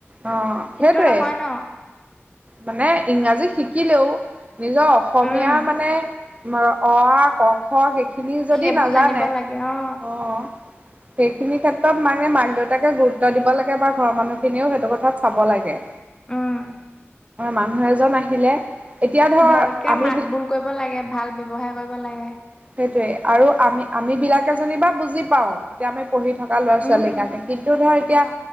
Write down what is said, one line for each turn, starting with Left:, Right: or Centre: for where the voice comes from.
Right: অ',
Left: সেইটো
Right: সেইটোৱে।
Left: নহয় ন
Right: মানে ইংৰাজী শিকিলেও- নিজৰ অসমীয়া
Left: উম
Right: মানে অ, আ, ক, খ, সেইখিনি- সেইখিনি যদি
Left: সেইবোৰ
Right: নাজানে
Left: জানিব লাগে অ
Right: অ', সেইখিনি ক্ষেত্ৰত মানে মাক-দেউতাকে গুৰুত্ব দিব লাগে বা ঘৰৰ মানুহখিনিও সেইটো কথাত চাব লাগে।
Left: উম
Right: মানুহ এজন আহিলে, এতিয়া ধৰ
Left: ভালকে
Right: আমি-
Left: মাত বোল কৰিব লাগে, ভাল ব্যৱহাৰ কৰিব লাগে।
Right: সেইটোয়ে, আৰু আমি আমি বিলাকে জনী বা বুজি পাওঁ, এতিয়া আমি- পঢ়ি থকা ল'ৰা-ছোৱালীৰ
Left: উম
Right: কাৰণে কিন্তু ধৰ এতিয়া-
Left: অ